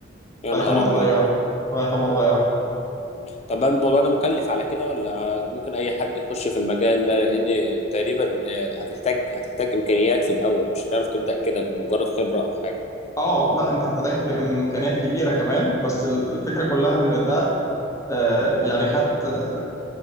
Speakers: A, on the left; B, on the left.
A: يا
B: لغايه
A: نهار
B: ما
A: ابيض
B: تغير لغايه ما تغير
A: طب هل الموضوع ده مكلف على كده ولا ممكن اي حد يخش في المجال ده لان تقريبا آه، هتحتاج هتحتاج امكانيات في الاول مش هتعرف تبدا كده بمجرد خبرة او حاجة
B: اه لا انت هتحتاج امكانيات كبيره كمان بس الفكره كلها ان ده آه، يعني خدت آه،